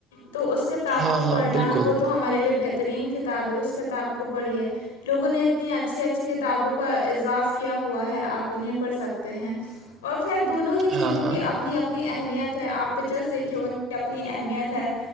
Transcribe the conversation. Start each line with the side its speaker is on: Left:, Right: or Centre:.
Left: تو اس کتاب
Right: ہاں
Left: کو
Right: ہاں
Left: پڑھنا
Right: بالکل
Left: وہ تو ہمارے لیے بہترین کتاب ہے اس کتاب کو پڑھی ہے لوگوں نے اتنی اچھی اچھی کتابوں کا اضاف کیا ہوا ہے آپ انہیں پڑھ سکتے ہیں اور خیر دونوں ہی
Right: ہاں
Left: چیزوں
Right: ہاں
Left: کی اپنی اپنی اپنی اہمیت ہے آپ پچرس دیکھیے ان کی اپنی اہمیت ہے